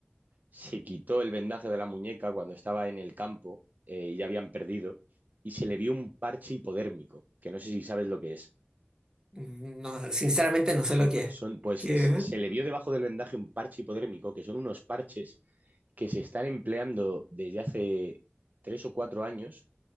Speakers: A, on the right; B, on the right.
A: se quitó el vendaje de la muñeca cuando estaba en el campo eh, y ya habían perdido, y se le vio un parche hipodérmico, que no sé si sabes lo que es.
B: No, sinceramente no
A: Son,
B: sé lo que es.
A: son- pues
B: ¿Qué?
A: se se le vio debajo del vendaje un parche hipodérmico, que son unos parches que se están empleando desde hace tres o cuatro años